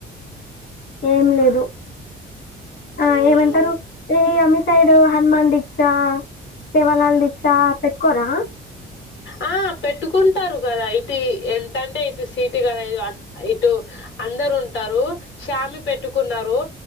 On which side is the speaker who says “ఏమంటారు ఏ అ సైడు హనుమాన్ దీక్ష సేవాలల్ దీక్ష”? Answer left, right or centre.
Left